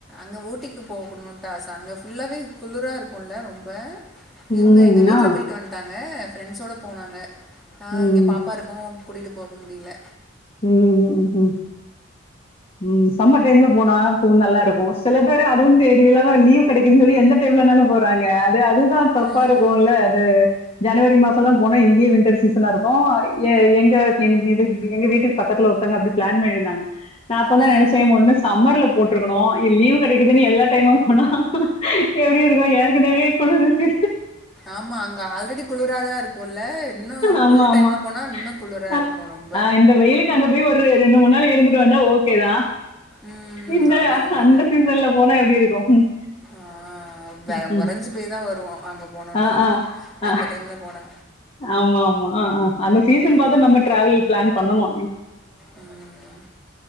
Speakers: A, in the centre; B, on the left.
A: அங்க ஊட்டிக்கு போகணுன்தா ஆச அங்க ஃபுல்லாவே குளுரா இருக்குல்ல ரொம்ப
B: ம்
A: இவங்க
B: ம்
A: எங்க வீட்ல
B: ஆ
A: போயிட்டு வன்ட்டாங்க ஃப்ரெண்ட்ஸோட போனாங்க ஆ
B: ம் ம்
A: இங்க பாப்பா இருக்கும் கூட்டிட்டு போக முடியில
B: ம் ம் ம் ம் சம்மர் டைம்ல போனா பூ நல்லா இருக்கு சில பேரு அதுவும் தேவையில்லாம லீவு கெடைக்கும்முன் சொல்லி எந்த டைம்லனாலு போறாங்க து அதுதா தப்பா
A: ம்
B: இருக்குல்ல அது ஜனவரி மாசல்லா போனா இங்கயே வின்டர் சீசனா இருக்கு எ எங்க இது எங்க வீட்டுக் பக்கத்துல ஒருத்தங்க அப்டி பிளேன் பண்ணிருந்தாங்க நா அப்பதா
A: ம்
B: நெனச்சே ஒன்னு சம்மர்ல போட்ருக்கணு இ லீவ் கெடைக்குதுனு எல்லா டைமும் போனா எப்டி இருக்கு ஏற்கனவே குளுருச்சு
A: ஆம்மா அங்க ஆல்ரெடி குளுராதா இருக்கு இல்ல இன்னு
B: ஆமா,
A: குளிரு டைம்ல
B: ஆமா.
A: போனா இன்னு குளுரா
B: அ
A: இருக்கு ரொம்ப
B: ஆ இந்த வெயிலுக்கு அங்க போய் ஒரு ரெண்டு மூணு நாள் இருந்துட்டு வந்தா ஓகேதா
A: ம்
B: இந்த
A: ஆமா ஆமா
B: அந்த சீசன்ல போனா எப்டி இருக்கு ம்
A: ஆ வெ
B: ம் ம்
A: ஒறைஞ்சு
B: ம்
A: போய் தா வருவோ அங்க போனோனா
B: ஆ ஆ ஆ
A: அந்த
B: ஆ
A: டைம்ல போனா
B: ஆமா ஆமா ஆ ஆ அந்த சீசன்
A: ம்
B: பாத்து நம்ம டிராவல் பிளேன் பண்ணனு
A: ம்